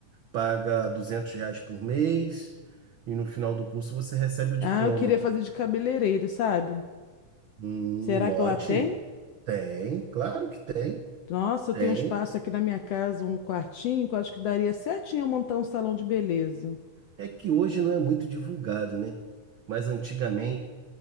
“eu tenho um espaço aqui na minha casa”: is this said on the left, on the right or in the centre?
Left